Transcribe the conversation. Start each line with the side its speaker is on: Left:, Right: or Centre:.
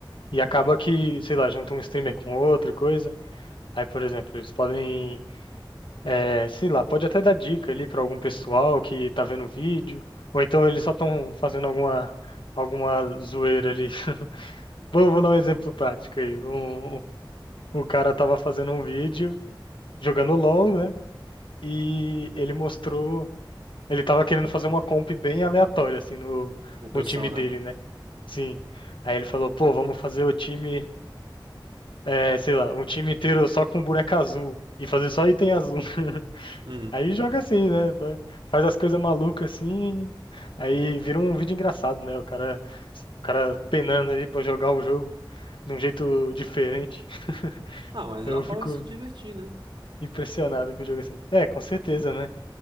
Left: E acaba que, sei lá, junta um streamer com outro e coisa. Aí, por exemplo, eles podem É, sei lá, pode até dar dica ali para algum pessoal que tá vendo o vídeo, ou então eles só estão fazendo alguma, alguma zoeira ali. <laughs> Vou, vou dar um exemplo prático aí. Um, um- o cara tava fazendo um vídeo jogando LOL, né? E ele mostrou. Ele tava querendo fazer uma comp bem aleatória, assim, no,
Right: Composição,
Left: no time
Right: né?
Left: dele, né? Sim. Aí ele falou, pô, vamos fazer o time, é, sei lá, um time inteiro só com boneca azul. E fazer só item azul. <laughs>
Right: Uhum.
Left: Aí joga assim, né? Vai- Faz as coisas malucas assim, aí vira um vídeo engraçado, né? O cara, o cara penando ali pra jogar o jogo de um jeito diferente. <laughs>
Right: Ah, mas
Left: Eu
Right: é uma
Left: fico
Right: forma de se divertir, né?
Left: impressionado com o jogo assim. É, com certeza, né?